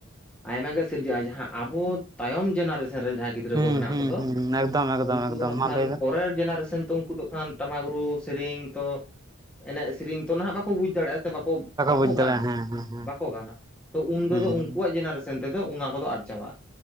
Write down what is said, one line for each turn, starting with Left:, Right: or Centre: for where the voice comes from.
Centre: ᱟᱭᱢᱟ ᱜᱮ ᱥᱤᱨᱡᱟᱹᱜᱼᱟ᱾ ᱡᱟᱦᱟᱸ ᱟᱵᱚ ᱛᱟᱭᱚᱢ ᱡᱮᱱᱟᱨᱮᱥᱚᱱ ᱨᱮᱱ ᱡᱟᱦᱟᱸ ᱜᱤᱫᱽᱨᱟ
Right: ᱦᱩᱸ
Centre: ᱜᱤᱫᱽᱨᱟᱹ ᱠᱚ ᱢᱮᱱᱟᱜ
Right: ᱦᱩᱸ
Centre: ᱠᱚᱫᱚ
Right: ᱦᱩᱸ ᱮᱠᱫᱚᱢ ᱮᱠᱫᱚᱢ
Centre: ᱩᱱᱠᱩ
Right: ᱮᱠᱫᱚᱢ
Centre: ᱫᱚ ᱱᱟᱜ
Right: ᱢᱟ
Centre: ᱠᱷᱟᱱ
Right: ᱞᱟᱹᱭ ᱵᱮᱱ
Centre: ᱯᱚᱨᱮᱨ ᱡᱮᱱᱟᱨᱮᱥᱚᱱ ᱛᱚ ᱩᱱᱠᱩ ᱫᱚ ᱴᱟᱢᱟᱠ ᱨᱩ ᱥᱮᱨᱮᱧ ᱛᱚ ᱮᱱᱮᱡ ᱥᱮᱨᱮᱧ ᱛᱚ ᱱᱟᱦᱟᱜ ᱵᱟᱠᱚ ᱵᱩᱡ ᱫᱟᱲᱮᱭᱟᱜᱼᱟ ᱵᱟᱠᱚ ᱵᱟᱠᱚ
Right: ᱵᱩᱡᱽ ᱫᱟᱲᱮᱭᱟᱜᱼᱟ
Centre: ᱜᱟᱱᱟ
Right: ᱦᱮᱸ ᱦᱮᱸ ᱦᱮᱸ
Centre: ᱵᱟᱠᱚ ᱜᱟᱱᱟ ᱛᱚ ᱩᱱᱛᱮᱫᱚ
Right: ᱦᱩᱸ
Centre: ᱩᱱᱠᱩᱣᱟᱜ ᱡᱮᱱᱟᱨᱮᱥᱚᱱ ᱛᱮᱫᱚ ᱚᱱᱟ ᱠᱚᱫᱚ ᱟᱫ ᱪᱟᱵᱟᱜᱼᱟ᱾